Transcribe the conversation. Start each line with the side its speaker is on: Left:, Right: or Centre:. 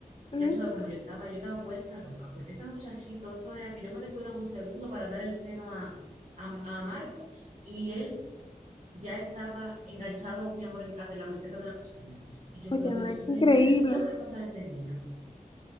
Left: Ujú.
Right: Ya tú sabes cómo yo estaba, yo estaba vuelta loca, porque ese muchachito, eso era que yo me descuidaba un segundo para dar el seno a, a, a Marcos y él ya estaba enganchado, mi amor, en- hasta en la meseta de la cocina. Y yo,
Left: Óyeme,
Right: pero Dios
Left: qué
Right: mío,
Left: increíble.
Right: ¿qué, le, qué es lo que le pasará a este niño?